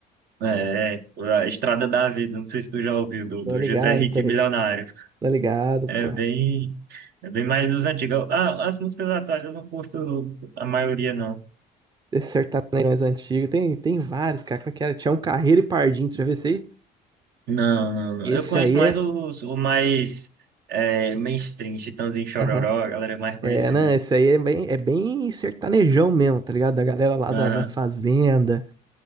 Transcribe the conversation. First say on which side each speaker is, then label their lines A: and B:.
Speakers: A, on the right; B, on the right.
A: É, é, a Estrada da Vida, não sei se tu já ouviu, do,
B: Tô
A: do
B: ligado,
A: José Henrique
B: tô ligado,
A: Milionário.
B: tô ligado,
A: É
B: pô.
A: bem, é bem mais dos antigos. Ah, as músicas atuais eu não curto a maioria, não.
B: Esses sertanejões antigos, tem, tem vários, cara. Qual que era? Tinha um Carreiro e Pardinho, tu já viu esse aí?
A: Não, não, não.
B: Esse
A: Eu conheço
B: aí
A: mais
B: é.
A: os, o mais é, mainstream, Chitãozinho e Chororó,
B: aham.
A: a galera mais
B: É,
A: conhecida.
B: não, esse aí é bem, é bem sertanejão mesmo, tá ligado? Da galera lá
A: Aham.
B: da, da fazenda.